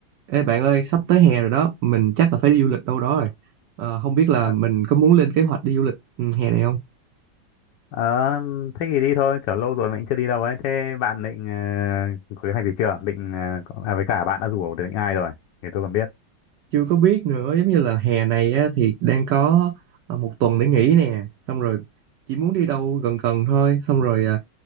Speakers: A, on the right; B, on the left.
A: Ê bạn ơi, sắp tới hè rồi đó, mình chắc là phải đi du lịch đâu đó rồi. Ờ, không biết là
B: Ờ,
A: mình có muốn lên kế hoạch đi du lịch ừ, hè này không?
B: ờ, thế thì đi thôi, kiểu lâu rồi mình chưa đi đâu ấy. Thế bạn định ờ, có kế hoạch gì chưa? Định ờ, có- à, với cả bạn đã rủ được những ai rồi thì tôi còn biết.
A: Chưa có biết nữa, giống như là hè này á, thì đang có ờ, một tuần để nghỉ nè, xong rồi chỉ muốn đi đâu gần gần thôi, xong rồi à,